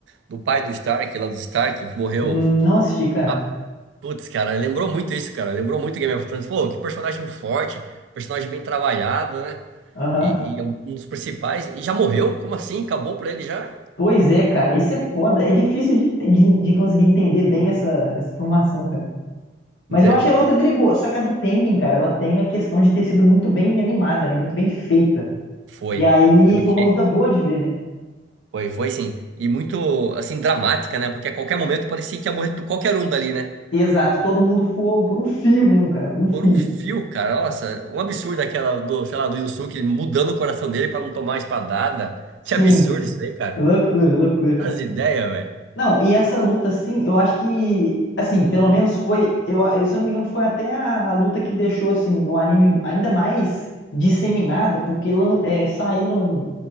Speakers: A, on the right; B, on the left.
A: do pai do Stark, lá dos Stark, que morreu.
B: Hum, Não assisti, cara.
A: Ah, putz, cara, lembrou muito isso, cara. Lembrou muito Game of Thrones. Pô, que personagem forte, personagem bem trabalhado, né?
B: Aham.
A: E, e é um dos principais. E já morreu? Como assim? Acabou pra ele já?
B: Pois é, cara. Isso é foda. É difícil de, de, de conseguir entender bem essa, essa informação, cara. Mas
A: Né?
B: eu achei a luta dele boa. Só que a do Tengen, cara, ela tem a questão de ter sido muito bem animada, né? Muito bem feita.
A: Foi.
B: E aí
A: Eu
B: foi
A: achei.
B: uma luta boa de ver, né?
A: Foi, foi sim. E muito, assim, dramática, né? Porque a qualquer momento parecia que ia morrer qualquer um dali, né?
B: Exato, todo mundo foi por um fio mesmo, cara, por um fio.
A: Por um fio, cara. Nossa, um absurdo aquela do, sei lá, do Yusuke mudando o coração dele pra não tomar espadada.
B: Sim,
A: Que absurdo isso aí, cara.
B: loucura, loucura, cara.
A: As ideias, velho.
B: Não, e essa luta, assim, eu acho que, assim, pelo menos foi, eu, se eu não me engano, foi até a, a luta que deixou, assim, o anime ainda mais disseminado, porque lan- é, saíram